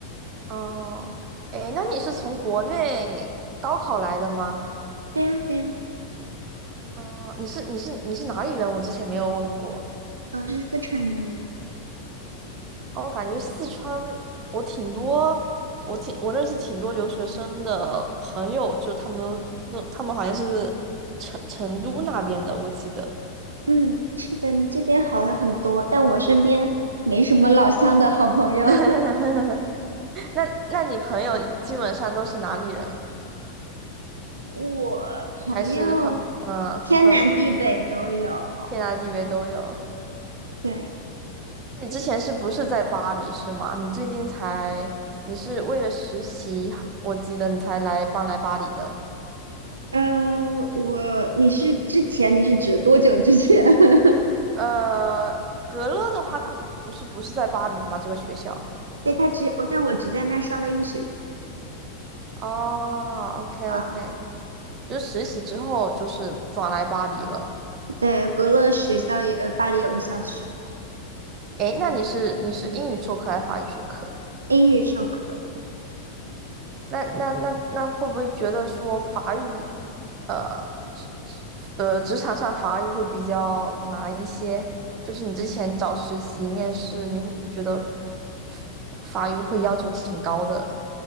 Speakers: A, on the right; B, on the right.
A: 哦，哎，那你是从国内高考来的吗？
B: 对呀，对呀，
A: 嗯，你是你是你是哪里人？我之前没有问过。
B: 我是四川人。
A: 哦，我感觉四川，我挺多，我挺我认识挺多留学生的朋友，就他们都都他们好像是成成都那边的，我记得。
B: 嗯，是的，这边好了很多，但我身边没什么老乡的好朋友。
A: <laughs>
B: <laughs>
A: 那那你朋友基本上都是哪里人？
B: 我朋友
A: 还是很嗯呃分
B: 天南地北都有。
A: 天南地北都有？
B: 对，
A: 那你之前是不是在巴黎是吗？你最近才，你是为了实习，我记得你才来搬来巴黎的。
B: 呃，我，你是之前，你是指多久之前？<laughs>
A: 呃，格勒的话，他不是不是在巴黎吗？这个学校
B: 对，他只，我但我只在那儿上了一学期。
A: 哦，OK
B: 啊，
A: OK，就实习之后就是转来巴黎了。
B: 对，格勒学校也，呃，巴黎有个校区，
A: 诶，那你是你是英语授课还是法语授课？
B: 英语授课。
A: 那那那那会不会觉得说法语，呃，职呃职场上法语会比较难一些？就是你之前找实习面试，你会不会觉得法法语会要求挺高的